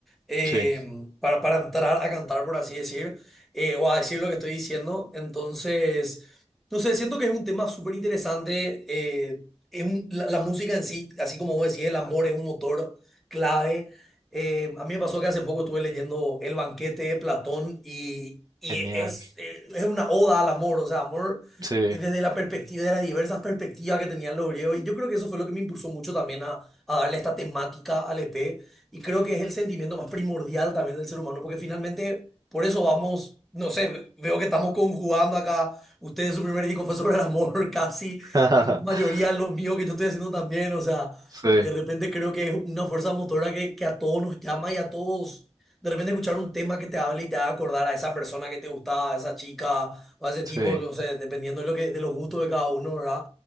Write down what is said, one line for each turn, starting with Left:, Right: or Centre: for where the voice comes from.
Centre: eh,
Right: sí,
Centre: para, para entrar a cantar, por así decir, eh, o a decir lo que estoy diciendo. Entonces... No sé, siento que es un tema súper interesante eh, es un- la, la música en sí, así como vos decís, el amor es un motor clave. Eh, a mí me pasó que hace poco estuve leyendo El banquete de Platón y, y
Right: genial,
Centre: es, eh, es una oda al amor, o sea, amor
Right: sí,
Centre: desde la perspectiva, de las diversas perspectivas que tenían los griegos. Y yo creo que eso fue lo que me impulsó mucho también a, a darle esta temática al EP. Y creo que es el sentimiento más primordial también del ser humano, porque finalmente por eso vamos, no sé, veo que estamos conjugando acá. Ustedes su primer disco fue sobre el amor <laughs> casi
Right: <laughs>
Centre: en su mayoría lo mío que yo estoy haciendo también, o sea,
Right: sí,
Centre: de repente creo que es una fuerza motora que, que a todos nos llama y a todos, de repente escuchar un tema que te hable y te haga acordar a esa persona que te gustaba, a esa chica o a ese tipo,
Right: sí,
Centre: no sé, dependiendo de lo que, de los gustos de cada uno, ¿verdad?